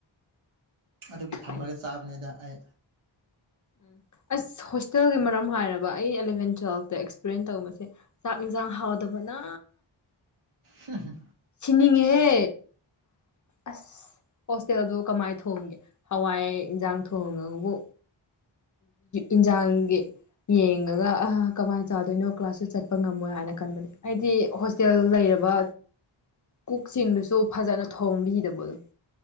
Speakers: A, on the right; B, on the left.
A: ꯑꯗꯨꯒꯤ ꯊꯝꯃꯒ
B: ꯐꯩ
A: ꯆꯥꯕꯅꯤꯗ ꯑꯩ
B: ꯎꯝ ꯑꯁ ꯍꯣꯁꯇꯦꯜꯒꯤ ꯃꯔꯝ ꯍꯥꯏꯔꯕ ꯑꯩ ꯑꯦꯂꯕꯦꯟ ꯇꯨꯋꯦꯜꯐꯇ ꯑꯦꯛꯁꯄꯔꯤꯦꯟꯟ ꯇꯧꯕꯁꯦ ꯆꯥꯛ ꯌꯦꯟꯁꯥꯡ ꯍꯥꯎꯗꯕꯅ
A: ꯍ
B: ꯁꯤꯅꯤꯡꯉꯦꯍꯦ ꯑꯁ ꯍꯣꯁꯇꯦꯜꯗꯨ ꯀꯃꯥꯏ ꯊꯣꯡꯒꯦ ꯍꯋꯥꯏ ꯌꯦꯟꯖꯥꯡ ꯊꯣꯡꯉꯕꯨ ꯏꯟꯖꯥꯡꯒꯤ ꯌꯦꯡꯉꯒ ꯑ ꯀꯃꯥꯏꯅ ꯆꯥꯗꯣꯏꯅꯣ ꯀ꯭ꯂꯥꯁꯇ ꯆꯠꯄ ꯉꯝꯃꯣꯏ ꯍꯥꯏꯅ ꯈꯟꯕꯅꯦ ꯑꯩꯗꯤ ꯍꯣꯁꯇꯦꯜ ꯂꯩꯔꯕ ꯀꯨꯛꯁꯤꯡꯗꯨꯁꯨ ꯐꯖꯅ ꯊꯣꯡꯕꯤꯗꯕꯗꯣ